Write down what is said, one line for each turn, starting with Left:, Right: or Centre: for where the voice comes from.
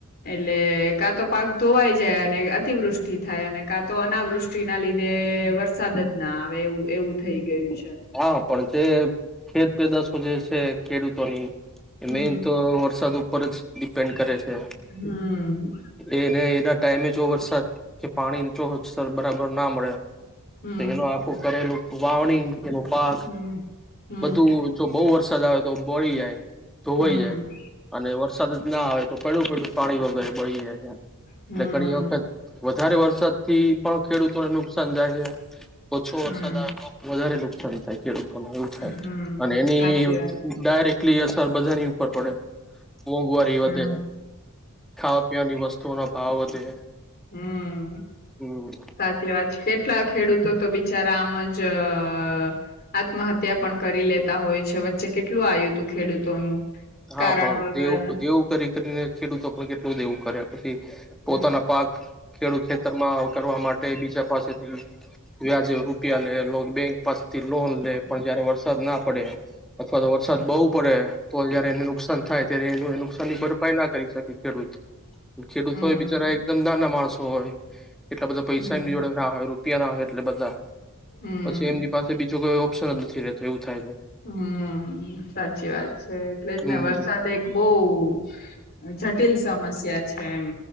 Left: એટલે કા તો પાક ધોવાઈ જાય અને અતિવૃષ્ટિ થાય અને કાં તો અનાવૃષ્ટિ ના લીધે વરસાદ જ ના આવે એવું એવું થઈ ગયું છે.
Centre: હા પણ જે ખેત પેદાશો જે છે ખેડૂતોની
Left: હમ
Centre: મેન તો વરસાદ ઉપર જ ડિપેન્ડ કરે છે,
Left: હમ
Centre: એને એના ટાઈમે જો વરસાદ કે પાણી જો <unintelligible> બરાબર ના મળે
Left: હમ
Centre: તો એનું આખું કરેલું વાવણી પાક
Left: હમ હમ
Centre: બધું જો બો બહું વરસાદ આવે તો બોળી જાય. ધોવાઈ
Left: હમ
Centre: જાય અને વરસાદ ના આવે તો પડ્યું, પડ્યું પાણી વગરએય બળી જાય.
Left: હમ
Centre: એટલે ઘણી વખત વધારે વરસાદ થી પણ ખેડૂતોને નુકસાન જાય છે. ઓછો
Left: હમ
Centre: વરસાદ આવે તો વધારે લોકો <unintelligible> ખેડૂતો એવું થાય
Left: હમ
Centre: અને એની
Left: સાચી વાત
Centre: ડાયરેક એટલી અસર બધાની પર પડે. મોંઘવારી
Left: હમ
Centre: વધે, ખાવા પીવાની વસ્તુઓનો ભાવ વધે.
Left: હમ્મ
Centre: હમ
Left: સાચી વાત છે. કેટલા ખેડૂત તો તો બિચારા આમ જ અહ આત્મહત્યા પણ કરી લેતા હોય છે વચ્ચે કેટલું આવ્યું તું ખેડૂતોનું.
Centre: હા
Left: કારણ
Centre: પણ
Left: વગર
Centre: દેવું દેવું કરી કરીને ખેડૂતો તો કેટલું દેવું કરે. પ પોતાના
Left: હમ
Centre: પાક ખેડૂત ખેતરમાં કરવા માટે બીજા પાસે વ્યાજે રૂપિયા લે બેંક. પસ <unintelligible> થી લોન લે પણ જયારે વરસાદ ના પડે અથવા તો વરસાદ બહવુ પડે તો જ નુકસાન થાય ત્યારે એ નુકસાન ની ભરપાઈ ના કરી શકે ખેડૂત ખેડૂત
Left: હમ
Centre: હોય બિચારા એકદમ નાના માણસો હોય. એટલા બધા પૈસા
Left: હમ
Centre: એમની જોડે <unintelligible> એટલે બધા
Left: હમ
Centre: પછી એમની પાસે બીજો કયો ઓપ્શન જ નથી રહેતો એવું થાય છે
Left: હમ સાચી વાત છે એટલે
Centre: હમ
Left: વરસાદ એક બહ જટિલ સમસ્યા છે એમ